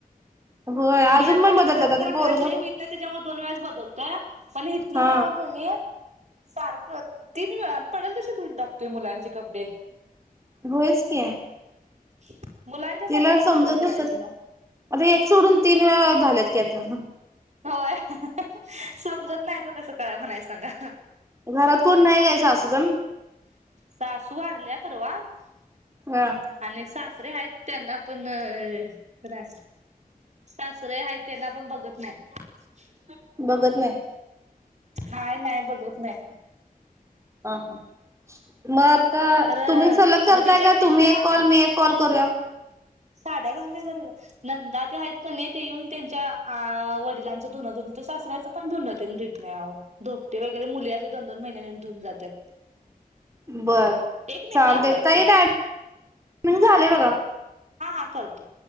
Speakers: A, on the right; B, on the right.
A: होय अजून
B: मी आता
A: पण बदलतात
B: दिवसातून
A: आता
B: तेवढं
A: पोरग
B: घाण लय होईत नाही त्याच्यामुळे दोन वेळेस बदलतोय. पण इथन
A: हा
B: माग कनी. सारखं तीन वेळा पडल तशी धुऊन टाकतोय मुलांची कपडे.
A: होयचकी.
B: <unintelligible>
A: तिला
B: तर
A: समजत
B: सगळं करायचं
A: असल
B: नव्ह
A: आता एक सोडून तीन वेळा झाल्यात की आता.
B: होय समजत नाही तर कसं कळ म्हणाय सांगा.
A: घरात कोण नाही का? सासूजण.
B: सासू वारल्या परवा <inaudible>
A: हा
B: आणि सास रे आहेत. त्यांना पण रा सासरे आहेत त्यांना पण बघत नाही. <inaudible>
A: बघत नाही.
B: हाय नाही बघत नाहीत..
A: <inaudible> हा हा मग. तर
B: खरं
A: तुम्ही सलग करताय
B: मग तिच्या
A: का?
B: तिच्या
A: तुम्ही एक कॉल मी एक कॉल करूया.
B: साड्या घालून ये जा तिकडं. नंदा ते आहेत कनी तेंच्या ते येऊन त्यांच्या वडिलांच धुनधुनत सासऱ्याच पण धुन तेन धूत नाही अहो धोपटी वगैरे मुली असे दोन-दोन महिन्यान येऊन धुऊून जात्यात.
A: बर
B: एक मिनिट
A: चालते
B: हा करतो.
A: ताई <inaudible> झालेय बघा.
B: हा हा करतो.